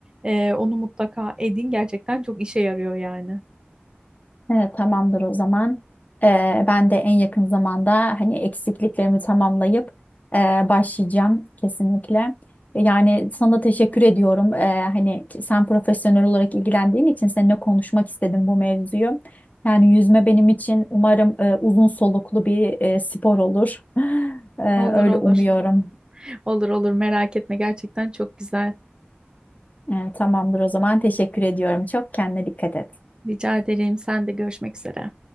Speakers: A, on the right (about 20°); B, on the left (about 40°).
A: Ee, onu mutlaka edin. Gerçekten çok işe yarıyor yani.
B: Evet, tamamdır o zaman. Ee, ben de en yakın zamanda hani eksikliklerimi tamamlayıp e, başlayacağım kesinlikle. E, Yani sana teşekkür ediyorum. Ee, hani ki- sen profesyonel olarak ilgilendiğin için seninle konuşmak istedim bu mevzuyu. Yani yüzme benim için umarım e, uzun soluklu bir e, spor olur. <laughs> Ee,
A: Olur
B: öyle
A: olur.
B: umuyorum.
A: Olur olur merak etme gerçekten çok güzel.
B: Ee, tamamdır o zaman. Teşekkür ediyorum. Çok kendine dikkat et.
A: Rica ederim. Sen de görüşmek üzere.